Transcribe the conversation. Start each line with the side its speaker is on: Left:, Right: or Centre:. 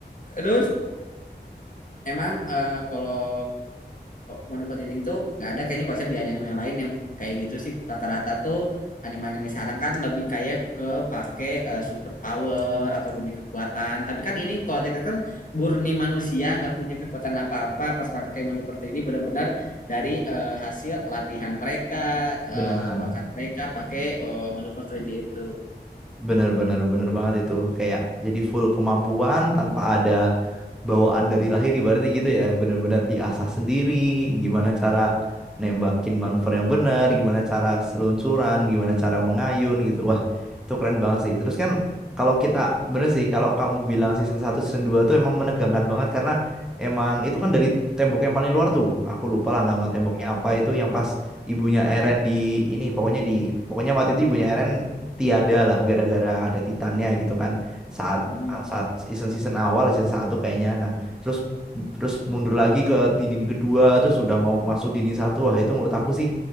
Left: Terus Emang eh, kalau Wano Fatili itu nggak ada kayaknya konsep di anime yang lain yang kayak gitu sih. Rata-rata tuh anime-anime sekarang kan lebih kayak ke pakai eh, super power atau punya kekuatan. Tapi kan ini kalau Attack on Titan murni manusia nggak punya kekuatan apa-apa pas pakai Wano Fatili benar-benar dari eh, hasil latihan mereka, eh,
Centre: Benar.
Left: bakat mereka pakai eh, Wano Fatili itu.
Centre: Bener bener bener banget itu kayak jadi full kemampuan tanpa ada bawaan dari lahir ibaratnya gitu ya bener-bener diasah sendiri gimana cara nembakin manuver yang bener gimana cara seluncuran gimana cara mengayun gitu wah itu keren banget sih terus kan kalau kita bener sih kalau kamu bilang season satu season 2 tuh emang menegangkan banget karena emang itu kan dari tembok yang paling luar tuh aku lupa lah nama temboknya apa itu yang pas ibunya Eren di ini pokoknya di pokoknya waktu itu ibunya Eren tiada lah gara-gara ada Titannya gitu kan saat
Left: Hmm.
Centre: ah, saat season season awal season satu kayaknya nah terus terus mundur lagi ke dinding kedua terus udah mau masuk dinding satu wah itu menurut aku sih